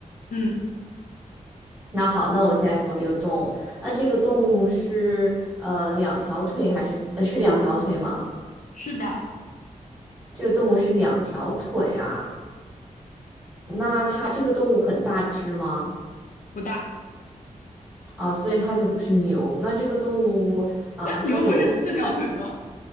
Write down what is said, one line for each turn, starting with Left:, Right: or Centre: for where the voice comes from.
Left: 嗯，
Right: 那好，那我现在从这个动物，那这个动物是呃两条腿还是呃是两条腿吗？
Left: 是的，
Right: 这个动物是两条腿啊，那它这个动物很大只吗？
Left: 不大。
Right: 啊，所以它就不是牛。那这个动物啊，
Left: <laughs>
Right: 它有它，
Left: 你们不是四条腿吗？